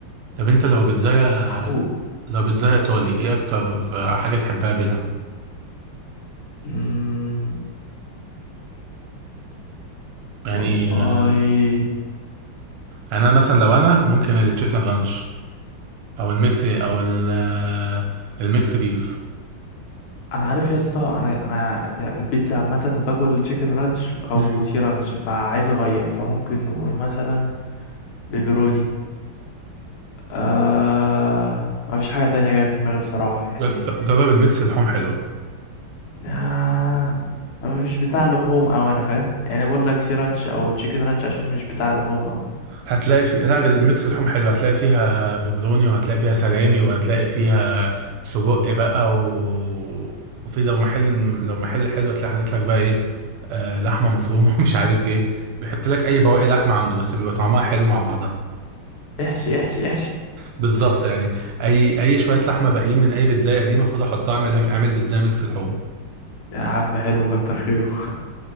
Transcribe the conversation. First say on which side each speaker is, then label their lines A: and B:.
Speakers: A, on the right (about 85°); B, on the left (about 85°).
A: طب انت لو بيتزايا
B: محروق
A: لو بيتزايا ايطالي ايه اكتر حاجه تحبها بينها
B: مم.
A: يعني
B: والله
A: آه، انا مثلا لو انا ممكن التشيكن رانش او الميكس او ال- آه، الميكس بيف
B: انا عارف يا اسطى انا انا يعني البيتزا عامة باكل تشيكن رانش او
A: مم.
B: سي رانش فعايز اغير فممكن نقول مثلا بيبروني آه ما فيش حاجة تانية جاية في دماغي بصراحة يعني
A: جر-
B: دي
A: جرب الميكس اللحوم حلوه
B: آه أنا مش بتاع لحوم أوي أنا فاهم يعني أنا بقول لك سي رانش أو تشيكن رانش عشان مش بتاع لحوم أوي
A: هتلاقي في لا الميكس اللحوم حلو هتلاقي فيها بيبروني وهتلاقي فيها سلامي وهتلاقي فيها سجق بقى و... وفي لو محل لو محل حلو هتلاقي حاطط لك بقى ايه آه لحمه مفرومه <laughs> مش عارف ايه بيحط لك اي بواقي لحمه عنده بس بيبقى طعمها حلو مع بعضها
B: احشي احشي احشي
A: بالظبط يعني اي اي شويه لحمه باقيين من اي بيتزايه قديمه خدها حطها اعملها اعمل بيتزايه ميكس لحوم
B: يا عم حلو كتر خيره <laughs>